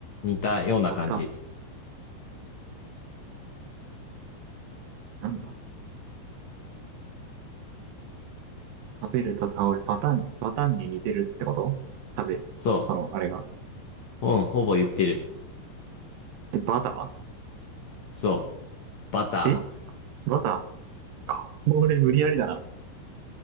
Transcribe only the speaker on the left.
似たような感じ。
そ
う。うん、ほぼ言ってる。
そう。バター。